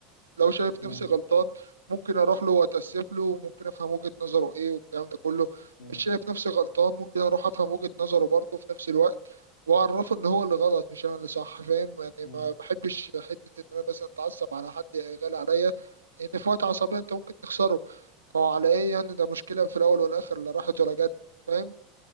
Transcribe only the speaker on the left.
مم.
مم.
مم.